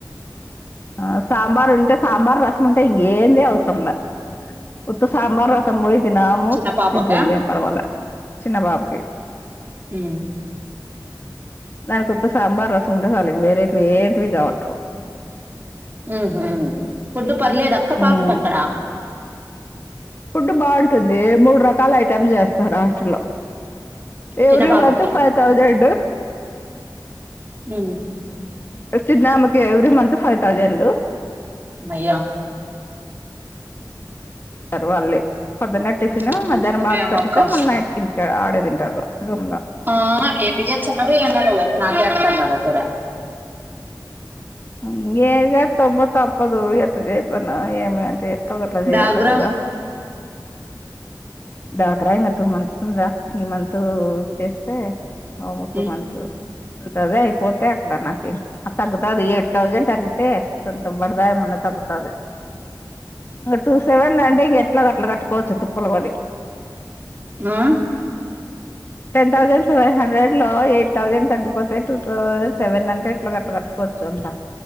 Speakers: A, on the left; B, on the right.
A: ఆ సాంబార్ ఉంటే సాంబార్ రసం ఉంటే ఇంకేంది అవసరం ఉండదు వుత్తా సాంబార్ రసం పోయి దినము
B: చిన్న పాపకా
A: తింటుంది ఏం పర్వాలే చిన్న బాబుకి
B: హు
A: దానికి ఉత్త సాంబార్ రసం ఉంటే చాలు వేరే ఏంటివి కావట్టవు
B: ఉహు ఫుడ్ పర్లేదు అక్క
A: ఉమ్
B: పాపకి అక్కడ
A: ఫుడ్ బాగుంటుంది మూడు రకాల ఐటెమ్స్ చేస్తారు హాస్టల్లో
B: చిన్న
A: ఎవరీ
B: పాపకి
A: మంత్ ఫైవ్ థౌసేండ్
B: హూ
A: చిన్న ఆమెకే ఎవరీ మంత్ ఫైవ్ థౌసేండ్
B: హమ్మయ్య
A: పర్వాలే పొద్దున్నే టిఫన్
B: ఎట్ట
A: మధ్యాహ్నం
B: చేస్తున్నావేమో
A: బాక్స్ కట్టితే
B: అక్క
A: మళ్ళీ నైట్ కి ఇంటికి ఆడే తింటారు రూమ్ లో
B: ఆ ఎట్లా చేస్తున్నావో ఏమో నువ్వు నాకే అర్థం కాలే అసలు
A: ఇంగ చేస్తువు అబ్బా తప్పదు ఎట్టా చేస్తున్నావో ఏమో అంటే ఎట్లా గట్ల చేయ్యాలే
B: డాగ్రా
A: కదా డ్వాక్రా ఇంకా టూ మంత్స్ ఉంది రా ఈ మంత్ చేస్తే ఓ టూ
B: ఉమ్
A: మంత్స్ ఉంటాది అయిపోతే అక్కడ నాకీ తగ్గుతాదీ ఏ థౌసేండ్ తగ్గితే కొంత బడదాయం మన్న తగ్గుతాది ఇంగ టూ సెవెన్ అంటే ఇంగ ఎట్లా గట్ల కట్టు పోవచ్చు తిప్పలు బడి
B: ఉమ్
A: టెన్ థౌసేండ్ సెన్ హండ్రెడ్ లో ఎయిట్ థౌజండ్ తగ్గిపోతే టూ థౌజండ్ సెవెన్ హౌడ్రెండ్ ఎట్లా గట్ల కట్టుకోవచ్చు అంత